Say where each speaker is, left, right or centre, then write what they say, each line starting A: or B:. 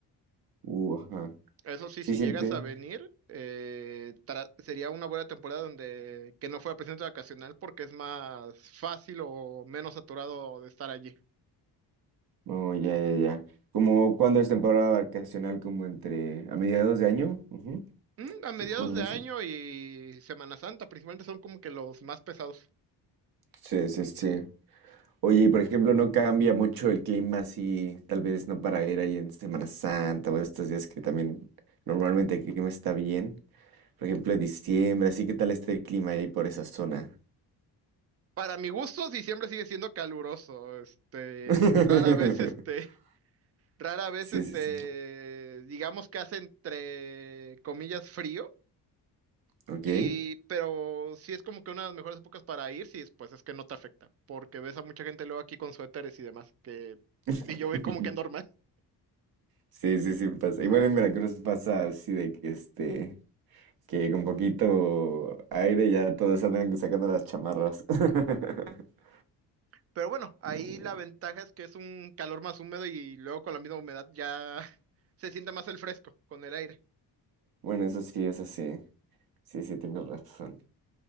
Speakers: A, on the right; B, on the right.
A: Uh, ajá.
B: Eso sí,
A: Sí
B: si
A: siente.
B: llegas a venir, eh, tra- sería una buena temporada donde que no fuera presidente vacacional porque es más fácil o menos saturado de estar allí.
A: Oh, ya, ya, ya. Como cuando es temporada vacacional, como entre a mediados de año. Ujú.
B: Mm, a mediados
A: ¿Cuándo
B: de
A: es?
B: año y Semana Santa principalmente son como que los más pesados.
A: Sí, sí, sí. Oye, y por ejemplo, no cambia mucho el clima así, tal vez no para ir ahí en Semana Santa o estos días que también normalmente el clima está bien. Por ejemplo, en diciembre, así que tal está el clima ahí por esa zona.
B: Para mi gusto, diciembre sigue siendo caluroso. Este,
A: <laughs>
B: rara vez, este, <laughs> rara vez,
A: Sí,
B: este,
A: sí, sí.
B: digamos que hace entre comillas frío.
A: Ok.
B: Y, pero sí es como que una de las mejores épocas para ir, si pues es que no te afecta, porque ves a mucha gente luego aquí con suéteres y demás, que,
A: <laughs>
B: y yo voy como que normal.
A: Sí, sí, sí pasa. Y bueno, en Veracruz pasa así de que este. que con poquito aire ya todos andan sacando las chamarras. <laughs>
B: Pero bueno, ahí
A: Mm,
B: la ventaja es que es un calor más húmedo y luego con la misma humedad ya <laughs> se siente más el fresco con el aire.
A: Bueno, eso sí, eso sí. Sí, sí, tienes razón.